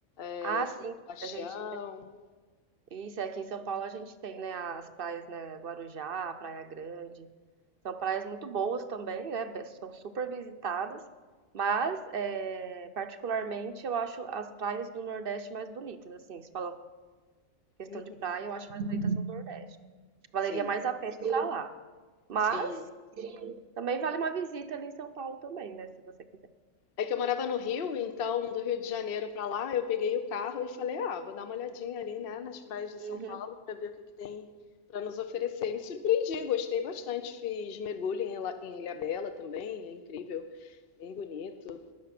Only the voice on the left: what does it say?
eh,
São
Sebastião.
Uhum,
Sim,
sim.
É que eu morava no Rio, então do Rio de Janeiro para lá, eu peguei o carro e falei: ah, vou dar uma olhadinha ali, né, nas praias de São
Paulo para ver o que que tem para nos oferecer. Me surpreendi, gostei bastante. Fiz mergulho em Ila- em Ilhabela também, é incrível, bem bonito.